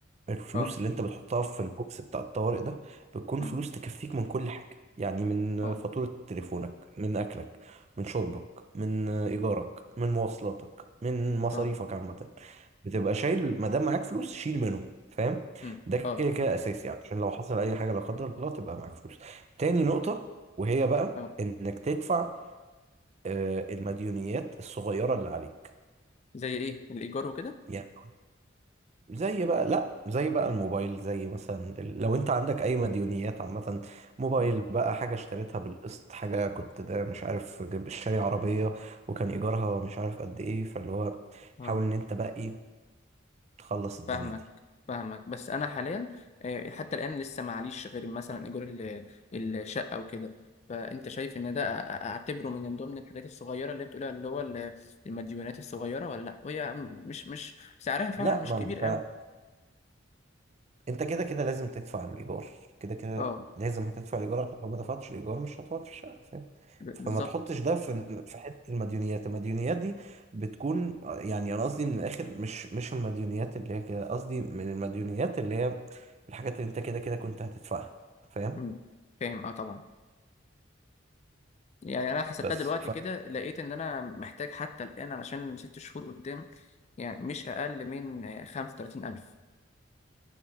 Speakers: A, on the right (about 35°); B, on the left (about 35°).
A: الفلوس
B: اه
A: اللي انت بتحطها في البوكس بتاع الطوارئ ده بتكون
B: أمم،
A: فلوس تكفيك من كل حاجة يعني من
B: اه
A: فاتورة تليفونك من أكلك من شربك من إيجارك من مواصلاتك من مصاريفك
B: اه
A: عامة بتبقى شايل ما دام معاك فلوس شيل منهم فاهم
B: أمم،
A: ده
B: اه
A: كده كده أساسي يعني عشان لو حصل أي حاجة لا قدر الله تبقى معاك فلوس تاني نقطة وهي بقى
B: اه
A: إنك تدفع آه، المديونيات الصغيرة اللي عليك
B: زي ايه الايجار وكده
A: يعني زي بقى لا زي بقى الموبايل زي مثلا ال- لو انت عندك اي مديونيات عامة موبايل
B: أمم،
A: بقى حاجة اشتريتها بالقسط حاجة كنت ده مش عارف جب- شاري عربية وكان ايجارها مش عارف قد ايه فاللي هو
B: اه
A: حاول ان انت بقى ايه تخلص الدنيا
B: فاهمك
A: دي
B: فاهمك بس انا حاليا آه، حتى الان لسه معليش غير مثلا ايجار ال- الشقه وكده فانت شايف ان ده أ- أ- اعتبره من ضمن الحاجات الصغيره اللي بتقولها اللي هو ال- المديونات الصغيره ولا لا وهي م- مش مش سعرها فعلا
A: لا
B: مش
A: ما
B: كبير
A: انت
B: قوي
A: انت كده كده لازم تدفع الايجار كده كده
B: اه
A: لازم هتدفع الايجار عشان لو ما دفعتش الايجار مش هتقعد في الشقه فاهم
B: ب-
A: فما
B: بالظبط
A: تحطش ده في في حته المديونيات المديونيات دي بتكون يعني انا قصدي من الاخر مش مش المديونيات اللي هي كده قصدي من المديونيات اللي هي الحاجات اللي انت كده كده كنت هتدفعها فاهم
B: مم. فاهم اه طبعا يعني انا حسبتها
A: بس
B: دلوقتي كده لقيت ان انا محتاج حتى الان علشان ست شهور قدام يعني مش اقل من آه، 35000